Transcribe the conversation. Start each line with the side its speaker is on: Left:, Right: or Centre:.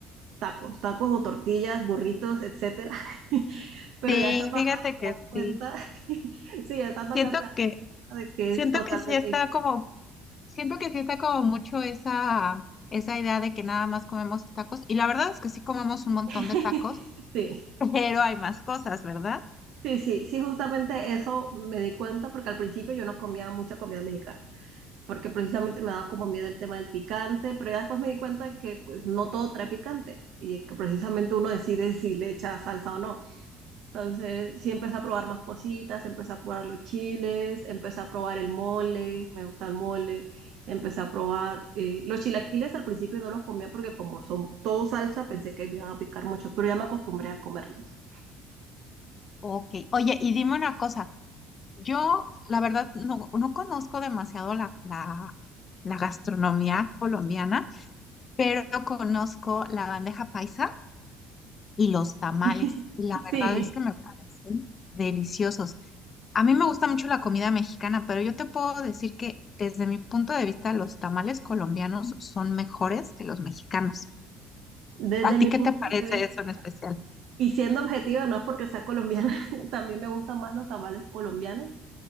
Right: tacos, tacos o tortillas, burritos, etcétera. <laughs> Pero
Left: Sí,
Right: ya estando
Left: fíjate
Right: acá te
Left: que
Right: das cuenta,
Left: sí.
Right: <laughs> sí, ya estando
Left: Siento
Right: acá te das
Left: que,
Right: cuenta de que
Left: siento
Right: es totalmente
Left: que sí está
Right: diferente.
Left: como Siento que sí está como mucho esa, esa idea de que nada más comemos tacos. Y la verdad es que sí comemos un montón
Right: <laughs>
Left: de tacos,
Right: Sí,
Left: <laughs> pero hay más cosas, ¿verdad?
Right: sí, sí, sí, justamente eso me di cuenta porque al principio yo no comía mucha comida mexicana. porque precisamente me daba como miedo el tema del picante, pero ya después me di cuenta que pues no todo trae picante y que precisamente uno decide si le echa salsa o no. Entonces sí empecé a probar más cositas, empecé a probar los chiles, empecé a probar el mole, me gusta el mole, empecé a probar eh, los chilaquiles al principio no los comía porque como son todo salsa pensé que me iban a picar mucho, pero ya me acostumbré a comerlos.
Left: Ok. Oye, y dime una cosa. Yo, la verdad, no, no conozco demasiado la, la, la gastronomía colombiana, pero conozco la bandeja paisa y los tamales.
Right: <laughs>
Left: La
Right: Sí.
Left: verdad es que me parecen deliciosos. A mí me gusta mucho la comida mexicana, pero yo te puedo decir que desde mi punto de vista los tamales colombianos son mejores que los mexicanos.
Right: Desde
Left: ¿A ti
Right: mi
Left: qué
Right: punto
Left: te parece
Right: de vista,
Left: eso en especial?
Right: Y siendo objetiva, no es porque sea colombiana, <laughs> también me gustan más los tamales colombianos,